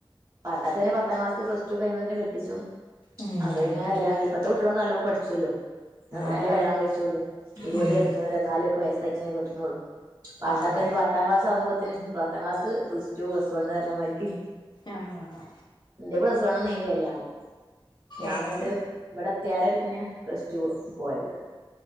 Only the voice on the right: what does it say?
പണ്ടൊക്കെ പിന്നെ പത്താം ക്ലാസ് പ്ലസ്ടു കഴിയുമ്പോത്തിനന്നെ കെട്ടിച്ചും
അവര്ങ്ങനെ കല്ല്യാണം ഇപ്പത്തെ കുട്ടികളൊക്കെ നല്ലോം പഠിച്ചല്ലോ
<unintelligible> കഴിച്ചുള്ളൂ ഇരുപത്
ഇരത്മൂന്ന് ഇരു ന്നാലൊക്കെ വയസ്സായിട്ടന്നേ കേട്ട്നൊള്ളു പണ്ടൊക്കെ
ഞ്ഞി പ പത്താംക്ലസ് ആവുമ്പോത്തിന് പത്താംക്ലാസ് പ്ലസ്റ്റു പ്ലസ്സ് വൺ പറഞ്ഞമായിരിക്ക്
ന്റെ പ്ലസ്സ് വണ്ണിന്നേയിനി കല്യാണം ഞാൻന്നട്ട്
ഇബടെത്തിയാരെ പിന്നെ പ്ലസ്ടു പോയത്